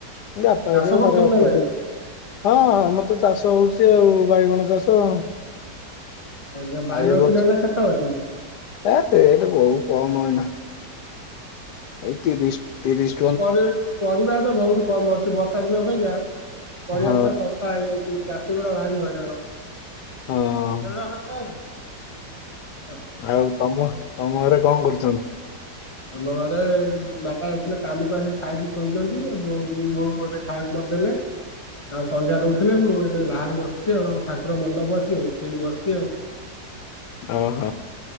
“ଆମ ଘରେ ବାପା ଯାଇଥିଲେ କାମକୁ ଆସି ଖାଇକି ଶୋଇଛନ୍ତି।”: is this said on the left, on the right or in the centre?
Left